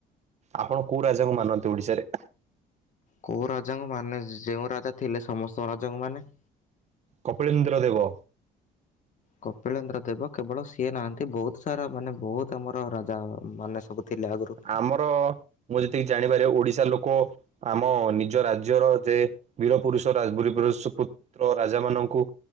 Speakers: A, on the right; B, on the left.
A: ଆପଣ କୋଉ ରାଜାଙ୍କୁ ମାନନ୍ତି ଓଡିଶାରେ?
B: କୋଉ ରାଜାଙ୍କୁ ମାନେ ଯେଉଁ ରାଜା ଥିଲେ ସମସ୍ତ ରାଜାଙ୍କୁ ମାନେ।
A: କପିଳେନ୍ଦ୍ର ଦେବ
B: କପିଳେନ୍ଦ୍ର ଦେବ କେବଳ ସିଏ ନାହାନ୍ତି ବହୁତ ସାରା ମାନେ ବହୁତ ଆମର ରାଜା ମାନେ ସବୁ ଥିଲେ ଆଗରୁ।
A: ଆମର ମୁଁ ଯେତିକି ଜାଣିବାରେ ଓଡିଶା ଲୋକ ଆମ ନିଜ ରାଜ୍ୟର ଯେ ବୀର ପୁରୁଷ ରାଜ ବ <unintelligible> ର ରାଜା ମାନଙ୍କୁ